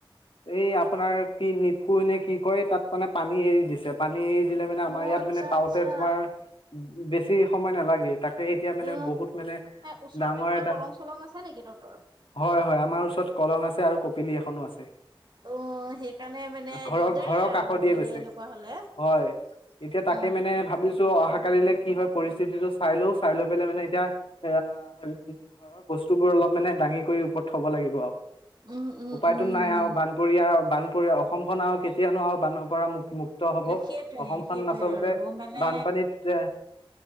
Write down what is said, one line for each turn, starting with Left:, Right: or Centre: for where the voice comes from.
Left: এই আপোনাৰ কি নিপকু নে কি কয় তাত মানে পানী এৰি দিছে। পানী এৰি দিলে মানে আমাৰ
Right: অ
Left: ইয়াত
Right: আচ্ছা
Left: মানে পাওঁতে
Right: আচ্ছা
Left: তোমাৰ বেছি সময় নালাগে। তাকে এতিয়া মানে
Right: অ
Left: বহুত মানে
Right: ওচৰতে
Left: ডাঙৰ
Right: কিবা
Left: এটা
Right: কলং চলং আছে নেকি তহঁতৰ
Left: হয় হয়, আমাৰ ওচৰত কলং আছে আৰু কপিলি এখনো আছে।
Right: অঁ সেইকাৰণে মানে
Left: ঘৰৰ
Right: দিগদাৰে
Left: ঘৰৰ
Right: আৰু,
Left: কাষৰ দিয়ে
Right: মানে
Left: গৈছে
Right: এনেকুৱা হলে।
Left: হয় এতিয়া তাকে
Right: অ
Left: মানে ভাবিছো অহা কালিলৈ কি হয় পৰিস্থিতিটো চাই লৈও চাই লৈ পেলাই মানে এ ঘৰৰ বস্তু বস্তুবোৰ অলপ মানে দাঙি কৰি ওপৰত থব লাগিব আৰু।
Right: উম উম
Left: উপায়তো
Right: উম
Left: নাই আৰু বান বানপৰীয়া বান পৰী অসমখন আৰু কেতিয়ানো আৰু বানৰ পৰা মুক্ত মুক্ত হব
Right: সেইটোৱে
Left: অসমখন
Right: সেইটোৱে
Left: আচলতে
Right: আৰু মানে
Left: বানপানীত যে